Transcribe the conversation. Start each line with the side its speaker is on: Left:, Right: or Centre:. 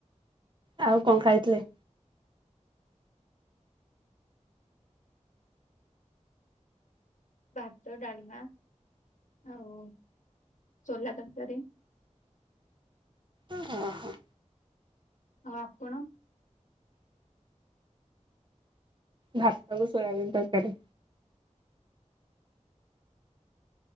Right: ଆଉ କଣ ଖାଇଥିଲେ।
Left: ଭାତ ଡାଲମା ଆଉ ସୋଲା ତରକାରୀ।
Right: ଅ ହଁ ହଁ।
Left: ଆଉ ଆପଣ?
Right: ଭାତ କୁ ସୋୟାବିନ୍ ତରକାରୀ।